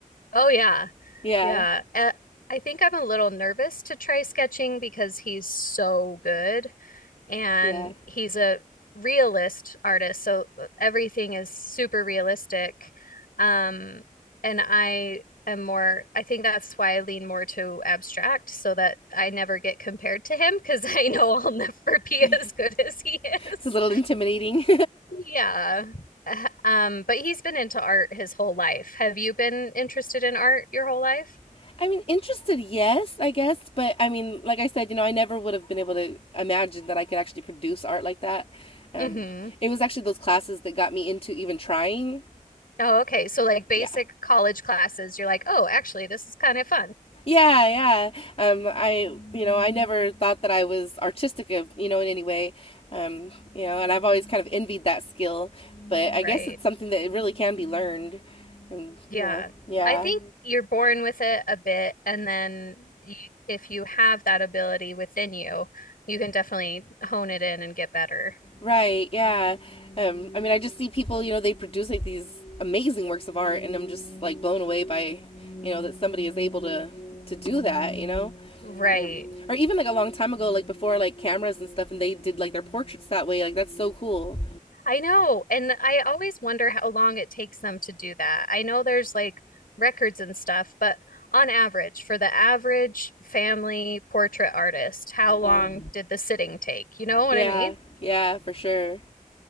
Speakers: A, on the left; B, on the left.
A: Oh, yeah.
B: Yeah,
A: Yeah. Uh, I think I'm a little nervous to try sketching because he's so good and
B: yeah.
A: he's a realist artist. So uh, everything is super realistic. Um, and I am more, I think that's why I lean more to abstract so that I never get compared to him because <laughs> I know I'll never be
B: <laughs>
A: as good as he is.
B: It's a little intimidating.
A: Yeah. <laughs> Uh, Um, but he's been into art his whole life. Have you been interested in art your whole life?
B: <laughs> I mean, interested, yes, I guess, but I mean, like I said, you know, I never would have been able to imagine that I could actually produce art like that. Um,
A: Mm-hmm.
B: it was actually those classes that got me into even trying.
A: Oh, okay. So like basic
B: Yeah.
A: college classes, you're like, oh, actually, this is kind of fun.
B: Yeah, yeah. Um, I, you know, I never thought that I was artistic of, you know, in any way. Um, you know, and I've always kind of envied that skill, but I
A: Right.
B: guess it's something that it really can be learned. And
A: Yeah.
B: you know, yeah.
A: I think you're born with it a bit, and then you, if you have that ability within you, you can definitely hone it in and get better.
B: Right, yeah. Um, I mean, I just see people, you know, they produce like these amazing works of art, and I'm just like blown away by, you know, that somebody is able to to do that, you know,
A: Right.
B: or, or even like a long time ago, like before like cameras and stuff, and they did like their portraits that way. Like that's so cool.
A: I know. And I always wonder how long it takes them to do that. I know there's like records and stuff, but on average, for the average family portrait artist, how long
B: Right.
A: did the sitting take? You know what
B: Yeah.
A: I mean?
B: Yeah, for sure.